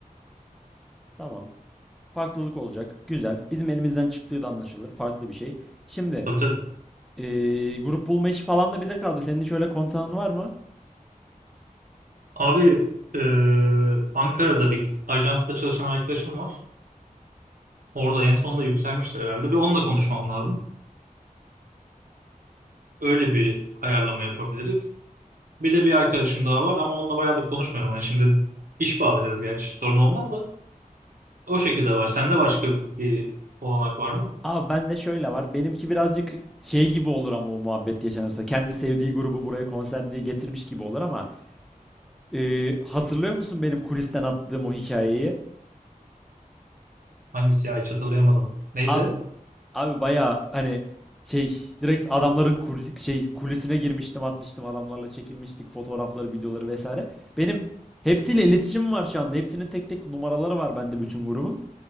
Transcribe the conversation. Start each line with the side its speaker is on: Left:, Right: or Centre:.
Centre: Tamam. Farklılık olacak. Güzel. Bizim elimizden çıktığı da anlaşılır. Farklı bir şey. Şimdi
Right: Tabii tabii.
Centre: eee, grup bulma işi falan da bize kaldı. Senin şöyle öyle konsanın var mı?
Right: Abi e, Ankara'da bir ajansta çalışan arkadaşım var. Orada en sonunda yükselmişti herhalde. Bir onunla konuşmam lazım. Öyle bir ayarlama yapabiliriz. Bir de bir arkadaşım daha var ama onunla bayağıdır konuşmuyorum. Hani şimdi iş bağlayacağız gerçi sorun olmaz da. O şekilde var. Sende başka bir olanak var mı?
Centre: Abi bende şöyle var. Benimki birazcık şey gibi olur ama o muhabbet yaşanırsa. Kendi sevdiği grubu buraya konser diye getirmiş gibi olur ama eee, hatırlıyor musun benim kulisten attığım o hikayeyi?
Right: Hangisi ya hiç hatırlayamadım. Neydi?
Centre: Abi Abi bayağı hani şey direkt adamların kul- şey kulesine girmiştim atmıştım adamlarla çekinmiştik fotoğrafları videoları vesaire. Benim hepsiyle iletişimim var şu anda. Hepsinin tek tek numaraları var bende bütün grubun.